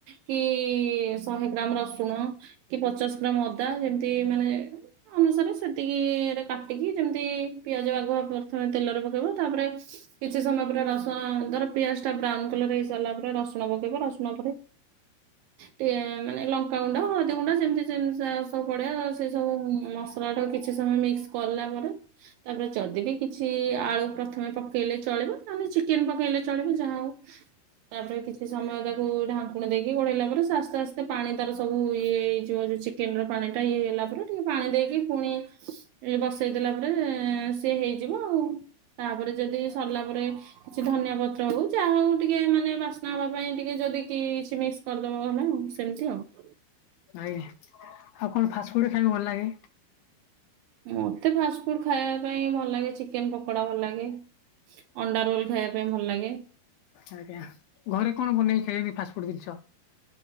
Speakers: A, on the right; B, on the left.
A: କି ଶହେ। ଗ୍ରାମ ରସୁଣ କି ପଚାଶ ଗ୍ରାମ ଅଦା ଯେମିତି ମାନେ। ଅନୁସାରେ ସେତିକି ରେ କାଟିକି ଯେମିତି ପିଆଜ ଆଗୁଆ ପ୍ରଥମେ ତେଲରେ ପକେଇବ ତାପରେ। କିଛି ସମୟ ପରେ ରସ ଧର ପିଆଜ ଟା ବ୍ରାଉନ କଲର ହେଇ ସାରିଲା ପରେ ରସୁଣ ପକେଇବ ରସୁଣ ଉପରେ ଟିକେ ମାନେ ଲଙ୍କାଗୁଣ୍ଡ ହଳଦୀ ଗୁଣ୍ଡ ସେମିତି ସେ ସବୁ ପଡେ ସେ ସବୁ ମସଲା ଟା କିଛି ସମୟ ମିକ୍ସ କଲା ପରେ ତାପରେ ଯଦି ବି କି କିଛି ଆଳୁ ପ୍ରଥମେ ପକେଇଲେ ଚଳିବ ନହେଲେ ଚିକେନ ପକେଇଲେ ଚଳିବ ଯାହା ହଉ ତାପରେ କିଛି ସମୟ ତାକୁ ଢାଙ୍କୁଣି ଦେଇକି ଘୋଡେଇଲା ପରେ ସେ ଆସ୍ତେ ଆ ସେ ପାଣି ତାର ସବୁ ଇଏ ହେଇଯିବ ଯୋଉ ଚିକେନ ର ପାଣି ଟା ଇଏ ହେଇଲା ପରେ ଟିକେ ପାଣି ଦେଇକି ପୁଣି ବସେଇଦଲା ପରେ ସିଏ ହେଇଯିବ ଆଉ ତାପରେ ଯଦି ସରିଲା ପରେ କିଛି ଧନିଆ ପତ୍ର ହଉ ଯାହା ହଉ ଟିକେ ମାନେ ବାସ୍ନା ହେବା ପାଇଁ ଟିକେ ଯଦି କି କିଛି ମିକ୍ସ କରିଦବ ନହେଲେ ଆଉ ସେମିତି ଆଉ
B: ଆଜ୍ଞା ଆଉ କଣ ଫାଷ୍ଟ ଫୁଡ ଖାଇବାକୁ ଭଲ ଲାଗେ
A: ମତେ ଫାଷ୍ଟ ଫୁଡ ଖାଇବା ପାଇଁ ଭଲ ଲାଗେ ଚିକେନ ପକୋଡା ଭଲ ଲାଗେ ଅଣ୍ଡା ରୋଲ ଖାଇବା ପାଇଁ ଭଲ ଲାଗେ
B: ଆଜ୍ଞା ଘରେ କଣ ବନେଇ ଖାଇବେ ଫାଷ୍ଟଫୁଡ୍ ଜିନିଷ